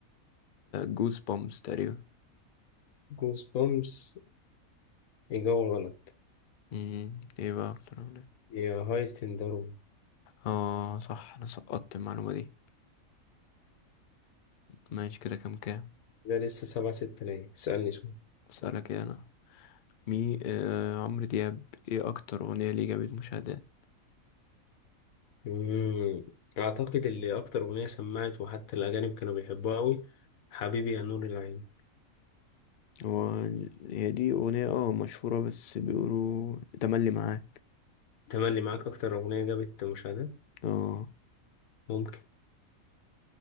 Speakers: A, on the left (about 75°); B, on the left (about 80°).
A: جوز بومبس تقريبا
B: جوز بومس اجابة غلط
A: مم. ايه بقى اكتر اغنية
B: يا هايست ان داروين
A: اه صح انا سقطت المعلومة دي ماشي كده كام كام
B: ده لسه سبعة ستة ليا اسألني سؤال
A: اسألك ايه انا مي آه عمرو دياب ايه اكتر اغنية ليه جابت مشاهدات
B: مم. اعتقد اللي اكتر اغنية سمعت وحتى الاجانب كانوا بيحبوها قوي حبيبي يا نور العين
A: هو هي دي اغنية اه مشهورة بس بيقولوا تملي معاك
B: تملي معاك أكتر أغنية جابت مشاهدات
A: اه
B: ممكن